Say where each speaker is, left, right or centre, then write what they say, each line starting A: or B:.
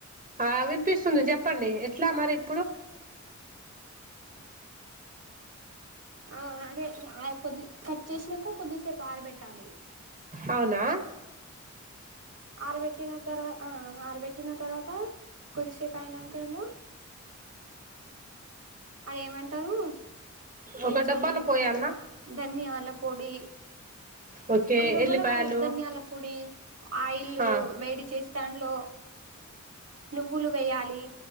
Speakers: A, on the right; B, on the right.
A: హా విన్పిస్ వస్తుంది చెప్పండి ఎట్లా మరి ఇప్పుడు
B: ఆ అదే కొద్ది కట్ చేసినాక కొద్దిసేపు ఆరబెట్టాలి
A: అవునా
B: ఆరబెట్టిన తర్వాత ఆరబెట్టిన తర్వాత కొద్దిసేపు అయినాక ఏమో అది ఏమంటారు కొంచెం
A: ఒక డబ్బాలో పోయాల్నా
B: ధనియాల పొడి
A: ఓకే
B: ఒక డబ్బలు
A: ఎల్లిపాయలు
B: కా ధనియాల పొడి ఆయిల్
A: ఆ
B: వేడి చేసి దాంట్లో నువ్వులు వేయాలి